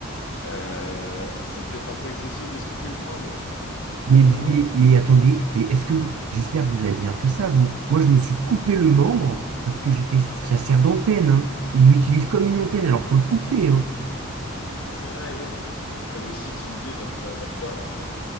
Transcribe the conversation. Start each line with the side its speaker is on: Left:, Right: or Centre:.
Left: euh, c'est peut-être un peu excessif de se couper le bras, mais le gouvernement
Right: Mais, vous- mais,
Left: nous,
Right: mais attendez, mais est-ce que vous. J'espère que vous avez bien fait ça, vous. Moi, je me suis coupé le membre parce que j'étais. Ça sert d'antenne, hein. Il l'utilise comme une antenne, alors faut le couper, hein.
Left: oui, c'est vrai, mais ils peuvent aussi utiliser votre, euh, votre corps aussi.